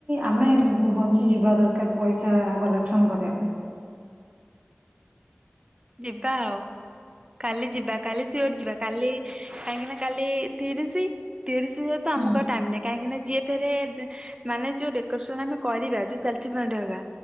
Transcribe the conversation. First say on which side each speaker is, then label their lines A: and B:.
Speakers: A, on the right; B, on the right.
A: ଆମେ ହେଉଛି ଯିବା ଦରକାର ପଇସା କଲେ ପସଙ୍ଗ କରିବା ପାଇଁ।
B: ଯିବା ଆଉ କାଲି ଯିବା କାଲି ସିଓର ଯିବା କାଲି କାହିଁକି ନା କାଲି ତିରିସି ତିରିସି ତ
A: ହୁଁ।
B: ଆମକୁ ଟାଇମ ନାହିଁ କାହିଁକି ନା ଯିଏ ଏରେ ମାନେ ଯୋଉ ଡେକୋରେସନ ଆମେ କରିବା ଯୋଉ ସେଲଫି ମାଣ୍ଡି